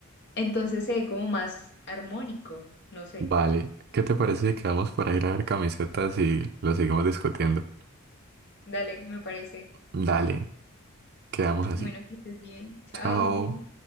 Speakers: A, on the left; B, on the right.
A: entonces se ve como más armónico, no sé.
B: Vale. ¿Qué te parece si quedamos para ir a ver camisetas y lo seguimos discutiendo?
A: Dale, me parece.
B: Dale, quedamos así.
A: Bueno, que estés bien. Chao.
B: Chao.